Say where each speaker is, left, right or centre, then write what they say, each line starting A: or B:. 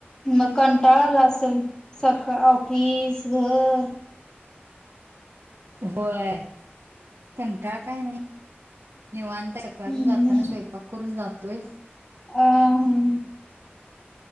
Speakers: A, on the left; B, on the right.
A: मकन ल <unintelligible> असेल सकाळ ऑफिस घर
B: होय कंटाळ काय नाही निवांत सकाळचा
A: हम्म
B: जाताना
A: हम्म.
B: स्वयंपाक करून जातोय
A: अ हम <unintelligible>